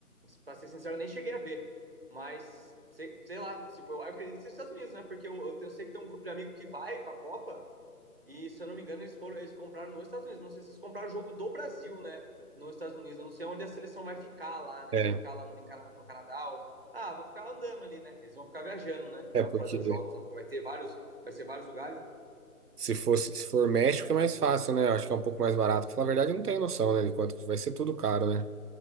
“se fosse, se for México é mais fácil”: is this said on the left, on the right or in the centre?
Right